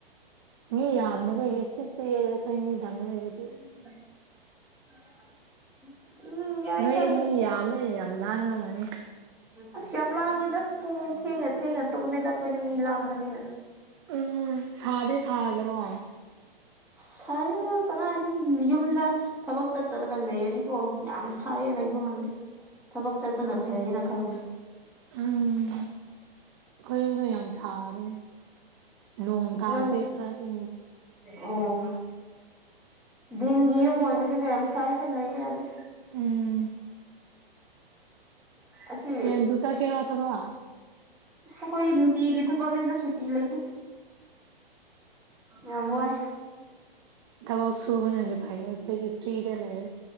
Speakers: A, on the right; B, in the centre.
A: ꯃꯤ ꯌꯥꯝꯅ ꯑꯩꯈꯣꯏꯒꯤ ꯁꯤꯛꯁꯗ ꯑꯩꯈꯣꯏ ꯃꯤꯗꯥꯥꯡꯅꯔꯤꯕꯗꯤ
B: <inaudible> ꯎꯝ ꯌꯥꯏꯗ
A: ꯅꯣꯏꯗꯤ ꯃꯤ ꯌꯥꯝꯃꯦ ꯌꯥꯝ ꯂꯥꯡ ꯉ ꯑꯃꯅꯤꯅꯦ
B: ꯑꯁ ꯌꯥꯝ ꯂꯥꯡꯉꯦꯗ ꯄꯨꯡ ꯊꯦꯡꯅ ꯊꯦꯡꯅ ꯇꯨꯝꯃꯦꯗ ꯑꯩꯈꯣꯏꯗꯤ ꯃꯤ ꯂꯥꯡꯕꯅꯤꯅ
A: ꯎꯝ ꯁꯥꯗꯤ ꯁꯥꯗꯔꯣ
B: ꯁꯥꯏꯗ ꯀꯗꯥꯏꯗꯒꯤ ꯌꯨꯝꯗ ꯊꯕꯛ ꯆꯠꯇꯔꯒ ꯂꯩꯔꯗꯤꯀꯣ ꯌꯥꯝ ꯁꯥꯏꯌꯦ ꯂꯩꯕ ꯉꯝꯗꯦ ꯊꯕꯛ ꯆꯠꯄꯅ ꯐꯩꯌꯦꯅ ꯈꯜꯂꯤ
A: ꯎꯝ ꯑꯩꯈꯣꯏꯗꯣ ꯌꯥꯝ ꯁꯥꯕꯅꯦ ꯅꯣꯡ ꯀꯔꯗꯦ꯭ꯔ
B: ꯅꯪ
A: ꯏ
B: ꯑꯣ ꯗꯤꯟꯒꯤ ꯌꯨꯝ ꯑꯣꯏꯕꯅꯤꯅ ꯌꯥꯝ ꯁꯥꯏꯗꯅ ꯂꯩꯕ ꯌꯥꯗꯦ
A: ꯎꯝ
B: ꯑꯁꯤ
A: ꯎ ꯐꯖꯨꯁꯥ ꯀꯦꯔꯣ ꯑꯊꯕ
B: ꯑꯩꯈꯣꯏ ꯅꯨꯡꯇꯤꯒꯤ ꯊꯕꯛꯅꯦꯗ ꯁꯨꯇꯤ ꯂꯩꯇꯦ ꯌꯥꯝꯃꯥꯏ
A: ꯇꯕꯁꯨꯨꯕꯅꯅꯤ ꯐꯥꯏꯄ ꯐꯔꯤꯗ ꯂꯩ